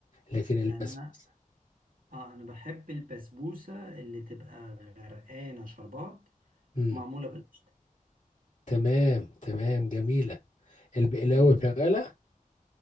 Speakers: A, on the left; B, on the right.
A: لكن
B: يعني
A: البسبوسة
B: أنا اه انا بحب البسبوسه اللي تبقى غرقانه شربات
A: امم
B: معموله بالقشطه
A: تمام تمام جميلة البقلاوة
B: مم.
A: شغالة